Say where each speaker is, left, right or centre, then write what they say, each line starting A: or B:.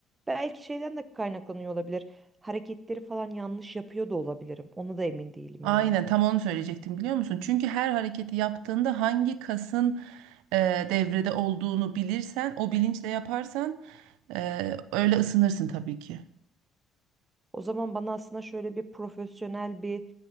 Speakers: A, on the right; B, on the right.
A: belki şeyden de kaynaklanıyor olabilir. Hareketleri falan yanlış yapıyor da olabilirim. Onu da emin değilim
B: Aynen
A: yani.
B: tam onu söyleyecektim biliyor musun? Çünkü her hareketi yaptığında hangi kasın e, devrede olduğunu bilirsen, o bilinçle yaparsan e, öyle ısınırsın tabii ki.
A: O zaman bana aslında şöyle bir profesyonel bir